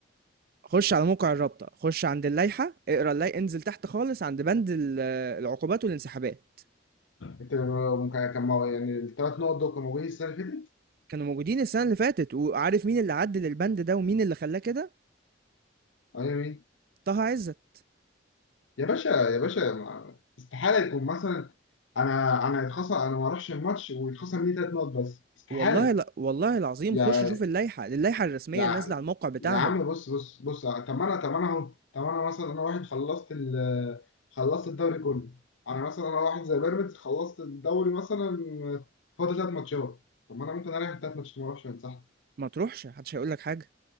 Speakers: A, on the right; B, on the left.
A: خش على موقع الرابطة خش عند اللائحة اقرا اللائحة انزل تحت خالص عند بند ال- العقوبات والانسحابات
B: انت ممكن كان مو- يعني الثلاث نقط دول كانوا موجودين السنه اللي فاتت
A: كانوا موجودين السنة اللي فاتت وعارف مين اللي عدل البند ده ومين اللي خلاه كده
B: ايوه يا مين
A: طه عزت
B: يا باشا يا باشا ما- استحاله يكون مثلا انا انا يتخصم انا ما اروحش الماتش ويتخصم لي ثلاث نقط بس استحاله
A: والله لا والله العظيم
B: يعني
A: خش شوف اللائحة اللائحة الرسمية
B: يا
A: اللي نازلة على الموقع بتاعهم
B: يا عم بص بص بص طب ما انا طب ما انا اهو طب انا مثلا انا واحد خلصت ال خلصت الدوري كله انا مثلا انا واحد زي بيراميدز خلصت الدوري مثلا فاضل ثلاث ماتشات طب ما انا ممكن اريح الثلاث ماتشات ما اروحش انسحب
A: ما تروحش محدش هيقول لك حاجة